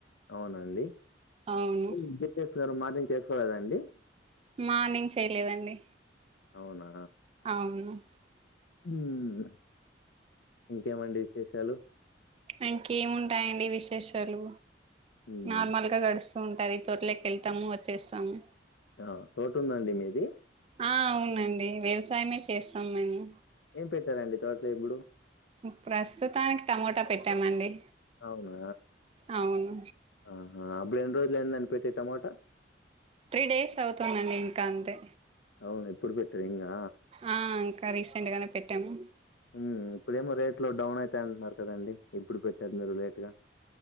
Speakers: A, on the left (about 70°); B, on the right (about 30°).
A: అవునా అండి <unintelligible>
B: అవును
A: ఏం చేస్తున్నారు మార్నింగ్ చేసుకోలేదాండి
B: మార్నింగ్ చేయలేదండి
A: అవునా
B: అవును
A: ఉమ్ ఇంకేమండి విశేషాలు
B: ఇంకేముంటాయండి విశేషాలు
A: మ్మ్.
B: నార్మల్గా గడుస్ తు ఉంటది తొర్లకెళ్తాము వచ్చేస్తాము
A: ఆ తోటుందా అండి మీది
B: ఆ అవునండి వ్యవసాయమే చేస్తాం మేము
A: ఏం పెట్టారండి తోటలో ఇప్పుడు
B: ప్రస్తుతానికి టమోటా పెట్టామండి
A: అవునా
B: అవును
A: ఆహా అప్పుడు ఎన్ని రోజులు అయిందండి పెట్టి టమోటా
B: త్రీ డేస్ అవుతుందండి ఇంకా అంతే
A: అవును. ఇప్పుడు పెట్టారు ఇంగా.
B: ఆ ఇంకా రీసెంట్ గానే పెట్టాము
A: ఉమ్ ఇప్పుడేమో రేట్ లో డౌన్ అవుతాయి అంటున్నారు కదండి ఇప్పుడు పెట్టారు మీరు లేట్ గా